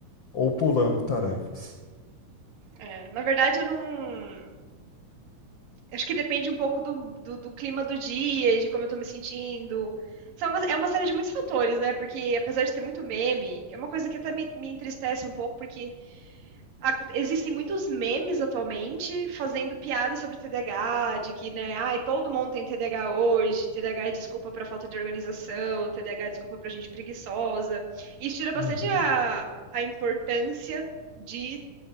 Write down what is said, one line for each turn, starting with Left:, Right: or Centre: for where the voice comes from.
Left: ou pulando tarefas.
Right: É, na verdade, eu não. Acho que depende um pouco do, do, do clima do dia e de como eu tô me sentindo. São uma, é uma série de muitos fatores, né? Porque apesar de ter muito meme, é uma coisa que até me, me entristece um pouco, porque a- existem muitos memes atualmente fazendo piada sobre TDAH, de que, né, ai, todo mundo tem TDAH hoje, TDAH é desculpa para falta de organização, TDAH é desculpa para gente preguiçosa. Isso tira bastante
Left: Uhum.
Right: a, a importância de